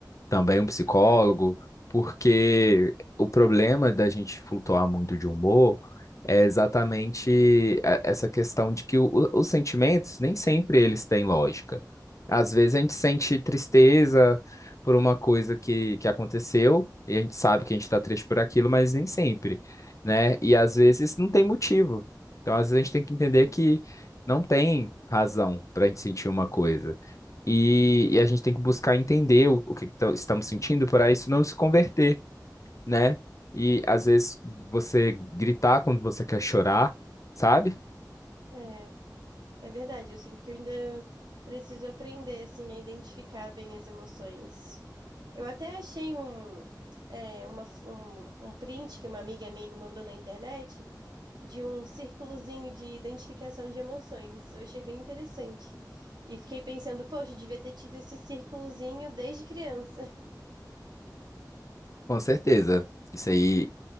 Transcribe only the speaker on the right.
Hum.
É, é verdade. Eu sinto que eu ainda preciso aprender, assim, a identificar bem as emoções. Eu até achei um, é, uma, f- um, um print que uma amiga minha me mandou na internet de um círculozinho de identificação de emoções. Eu achei bem interessante. E fiquei pensando, poxa, eu devia ter tido esse círculozinho desde criança.